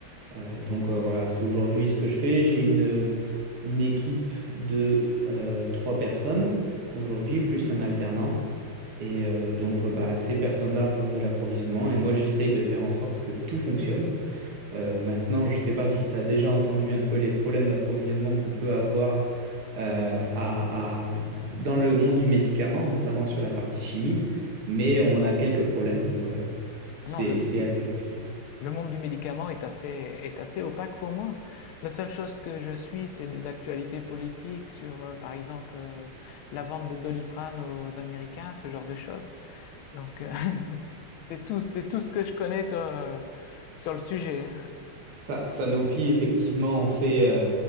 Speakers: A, on the right; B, on the left.
A: Euh, donc euh, voilà, c'est aujourd'hui ce que je fais. J'ai une, une équipe de euh, trois personnes aujourd'hui, plus un alternant. Et euh, donc, euh, bah, ces personnes-là font de l'approvisionnement et moi, j'essaye de faire en sorte que tout fonctionne. Euh, maintenant, je ne sais pas si tu as déjà entendu un peu les problèmes d'approvisionnement qu'on peut avoir euh, à- à- dans le monde du médicament, notamment sur la partie chimie, mais on a quelques problèmes, donc euh, c'est
B: Ah Non, le,
A: c'est assez compliqué.
B: Le monde du médicament est assez, est assez opaque pour moi. La seule chose que je suis, c'est des actualités politiques sur, euh, par exemple, euh, la vente de Doliprane aux Américains, ce genre de choses. Donc, euh, <laughs> c'est tout, c'est tout ce que je connais sur, euh, sur le sujet.
A: Sa- Sanofi, effectivement, en fait, euh,